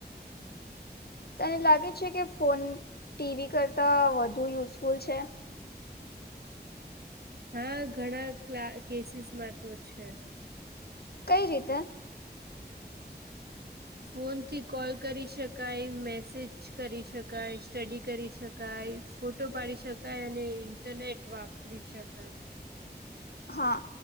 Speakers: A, on the left (about 65°); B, on the right (about 65°).
A: તને લાગે છે કે ફોન ટીવી કરતા વધુ યુઝફુલ છે.
B: હા ઘણા કલા કેસીસ માં તો છે.
A: કઈ રીતે.
B: ફોનથી કોલ કરી શકાય મેસેજ કરી શકાય સ્ટડી કરી શકાય. કાય ફોટો પાડી શકાય અને ઇન્ટરનેટ વાપરી શકાય.
A: હા